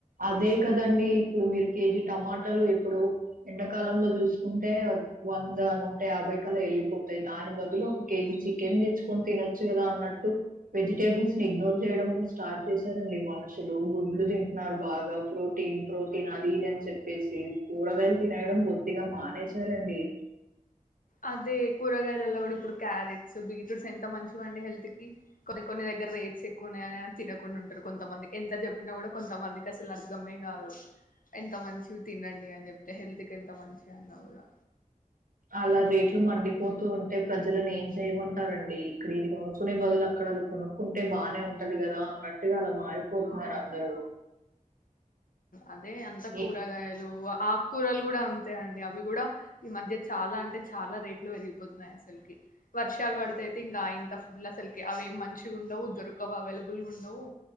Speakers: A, on the right (about 85°); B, on the left (about 75°).
A: అదే కదండి ఇప్పుడు మీరు కేజీ టమాటాలు ఇప్పుడు ఎండాకాలంలో చూసుకుంటే వంద నూట యాభై కలా వెళ్ళిపోతాయి దాని బదులు ఒక కేజీ చికెన్ తెచ్చుకొని తినొచ్చు కదా అన్నట్టు వెజిటేబుల్స్ ని ఇగ్నోర్ చేయడం కూడా స్టార్ట్ చేశారండి మనుషులు గుడ్లు తి టున్నారు బాగా ప్రోటీన్ ప్రోటీన్ అది ఇది అని చెప్పేసి కూరగాయలు తినేయడం బొద్దిగా మానేసారండి
B: అదే కూరగాయ లల్లా కూడా ఇప్పుడు క్యారెట్స్ బీట్రూట్స్ ఎంత మంచివి అండి హెల్త్ కి కొన్ని కొన్ని దగ్గర రేట్స్ ఎక్కువ ఉన్నాయని తినకుండా ఉంటారు కొంతమందికి ఎంత చెప్పినా కూడా కొంతమందికి అసలు అర్థమే కాదు ఎంత మంచివి తినండి అని చెప్తే హెల్త్ కి ఎంత మంచివి అన్నా కూడా
A: అలా రేట్లు మండిపోతూ ఉంటే ప్రజలను ఏం చేయమంటారండి ఇక్కడ ఇది కొనుక్కునే బదులు అక్కడది కొనుక్కుంటే బాగానే ఉంటది కదా అన్నట్టుగా అలా మారిపోతున్నారు అందరూ
B: అదే అంత కూరగాయలు
A: ఎ
B: ఆక్ కూరలు కూడా అంతే అండి అవి కూడా ఈ మధ్య చాలా అంటే చాలా రేట్లు పెరిగిపోతున్నాయి అసలుకి వర్షాలు వడితే అయితే ఇంకా అయింత ఫుడ్లు అసలుకకే అవేం మంచిగా ఉండవు దొరకవు అవైలబుల్ గా ఉండవు